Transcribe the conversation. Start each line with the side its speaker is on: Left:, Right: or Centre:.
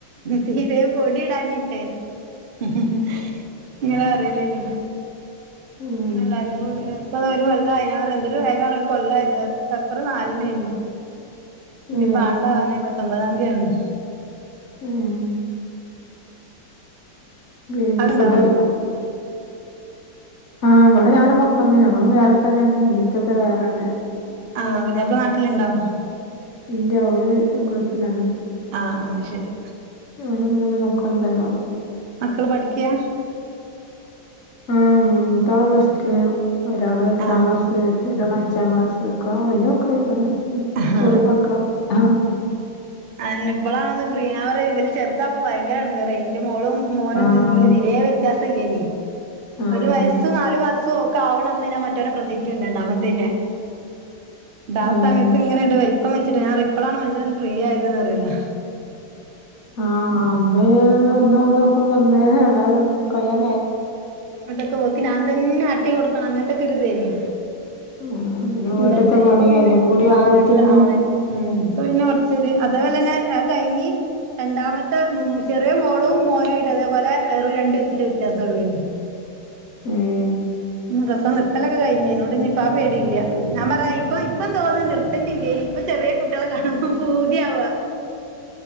Right: തീരെ പൊടി ഇടാഞ്ഞിട്ട് ഹ്‌ ഹ് ഇങ്ങെളറീലേനി
Left: ഉം,
Right: പിന്നെല്ലാ ഇപ്പെതാ ഒരു കൊല്ലായി ഞാറിയാ എന്തൊരു വേഗാണ് ഒര് കൊല്ലായതെറിയാ സഫെറ് നാലിനേനി ഞ്ഞു
Left: ഏ,
Right: പ്പോ ആണ്ടാവാനായി പത്തൊമ്പതാം തീയതിയാണ്
Left: ഏഹേ പിന്നെ
Right: അവിടെണ്ടോ
Left: ഫുഡക്കൊ ആഹാ ഇവടെ ഞാനും മക്കളെന്നെ ഞങ്ങളും വേറെ തന്നേണ് ഇമ്മിപ്പിയൊക്കെ വേറേണ്
Right: ആഹ് പുതിയാപ്ല നാട്ടിലുണ്ടോ
Left: ഇല്ല്യ ഓല് ഗൾഫിലാണ്
Right: ആഹ്.. ആഹ് അയ്ശെരി
Left: ഞാനും മൂന്ന് മക്കളും തന്നൊള്ളു
Right: മക്കള് പഠിക്യ?
Left: ആഹ് മൂത്താള് പ്ലസ് ടു ഒരാള് എട്ടാം
Right: ആഹ്
Left: ക്ലാസ് ഒരാൾ അഞ്ചാം ക്ലാസ് ഒക്കെ വല്യ മക്കളായിക്കണ്
Right: ആഹ്
Left: ചെറിയ മക്കളൊന്നുല്ല്യാ
Right: അയെന്നെ ഇപ്പളാണൊന്ന് ഫ്രീയാ ഞാറിയാ ഇബല് ചെറ്ത്താവുമ്പോ ഭയങ്കര ഇടങ്ങേറേനി ഇന്റെ മോളും മോനും
Left: ആഹ്
Right: തീരേ വ്യത്യാസല്ല്യാനി
Left: ആഹ്
Right: ഒരു വയസ്സും നാലു മാസം ഓക്കാവ്ണന്ന് ഞ്ഞാ മറ്റോനെ പ്രസവിച്ചീണ്ട് രണ്ടാമത്തേനെ ട്ടാ
Left: ഏഹ്
Right: സമയത്ത് ഇങ്ങെനാണ്ട് വല്പ്പം വെച്ചിട്ട് ഞാറിയെ ഇപ്പളാണ് മനഷ്യനൊന്ന് ഫ്രീയായത് ന്നറിയെലാ
Left: ആഹാ അന്ന് ഒന്ന് ഒന്ന് നോക്കുമ്പോ ഒന്ന് അങ്ങനെന്ന് കഴിയാ
Right: ഓല്ക്ക് ഞാൻ തന്നെ ആട്ടി കൊടുക്കണം അങ്ങൻത്തൊക്കൊരുതേനി
Left: ആഹ് പിന്നെ
Right: <unintelligible>
Left: വീട്ട്ത്തെ പണി
Right: ഇപ്പൊ പിന്നെ
Left: എല്ലാം കൂടി
Right: ആ
Left: ആവുമ്പോത്തിന്
Right: വീട്ടില് ആളായി ഉം ഇപ്പൊ പിന്നെ കൊർച്ചെര് അതേപോലെന്നെ അഹ് കഴിഞ്ഞ് രണ്ടാമത്തെ ഉം ചെറിയ മോളും മോനോവായിട്ട് അതേപോലെ വെറും രണ്ടു വയസിന്റെ വ്യത്യാസൊള്ളേനി
Left: ഏഹേ
Right: പ്രസവം നിർത്തലൊക്കെ കഴിഞ്ഞു അയിനോണ്ട്ഞ്ഞ്പ്പം ആ പേടില്ല ഞാ പറിയാ ഇപ്പൊ ഇപ്പം തോന്നാ നിർത്ത ണ്ടില്ലേനി ഇപ്പൊ ചെറിയാ കുട്ടിയളെ കാണുമ്പോ പൂതിയാവ